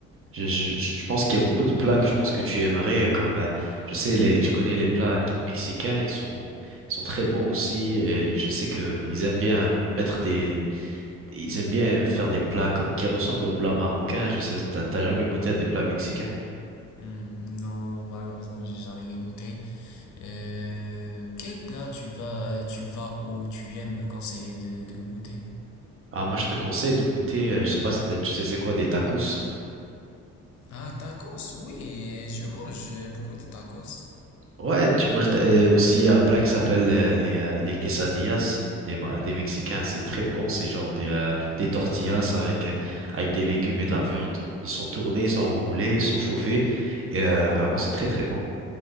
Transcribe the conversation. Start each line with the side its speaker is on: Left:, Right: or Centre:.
Right: je, je, je pense qu'il y a beaucoup de plats que je pense que tu aimerais, comme, euh, je sais, les, je connais les plats mexicains, ils sont, ils sont très bons aussi, et je sais que ils aiment bien mettre des, ils aiment bien faire des plats comme qui ressemblent aux plats marocains. Je sais, t'as t'as jamais goûté à des plats mexicains?
Left: Hmm, non, malheureusement, j'ai jamais les goûté. Euh, quel plat tu vas, euh, tu vas ou tu aimes me conseiller de, de goûter?
Right: Ah, moi, je te conseille de goûter, euh, je sais pas si t'as- tu sais c'est quoi, des tacos.
Left: Ah, tacos, oui, je mange beaucoup de tacos.
Right: Ouais, tu manges euh, aussi un plat qui s'appelle euh, les, euh, les quesadillas des, Ma- des Mexicains. C'est très bon, c'est genre des, euh, des tortillas avec, euh, avec des légumes et de la viande. Ils sont tournés, ils sont enroulés, ils sont chauffés. Et euh, vraiment, c'est très très bon.